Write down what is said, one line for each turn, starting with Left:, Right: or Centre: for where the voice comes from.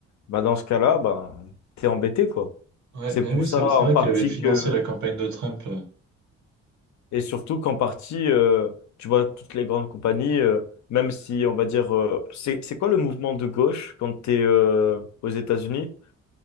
Left: ben dans ce cas-là, ben t'es embêté quoi.
Right: Ouais,
Left: C'est
Right: mais
Left: pour
Right: oui,
Left: ça
Right: c'est c'est
Left: en
Right: vrai
Left: partie
Right: qu'il avait financé
Left: que
Right: la campagne de Trump.
Left: Et surtout qu'en partie, euh, tu vois, toutes les grandes compagnies, euh, même si on va dire, euh, c'est c'est quoi le mouvement de gauche quand t'es euh, aux États-Unis?